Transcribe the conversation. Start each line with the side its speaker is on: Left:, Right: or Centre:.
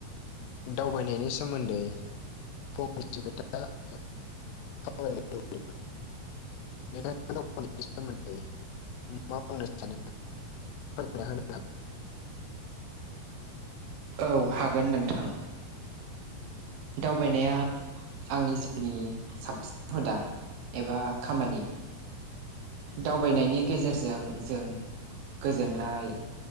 Left: दावबायनायनि सोमोन्दै फंनैस खोथा <unintelligible> <unintelligible>
Right: औ हागोन नोंथां दावबायनाया आंनि जिउनि साबसिन हुदा एबा खामानि दावबायनायनि गेजेरजों जों गोजोननाय।